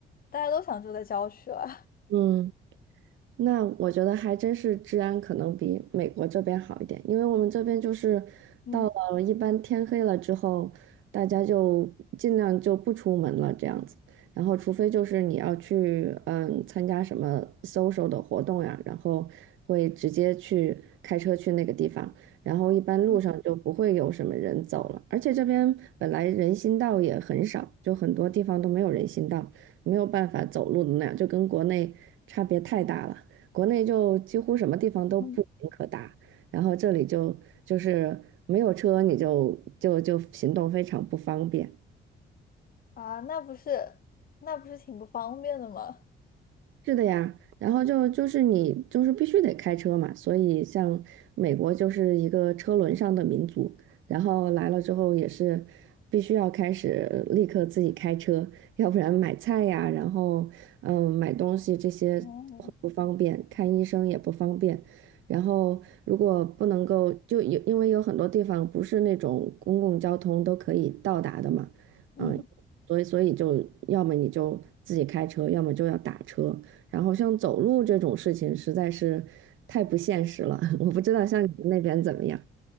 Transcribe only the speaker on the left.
大家都想住在郊区了，
<laughs> 嗯。
嗯
嗯。
啊，那不是那不是挺不方便的吗？
哦，<laughs>
嗯，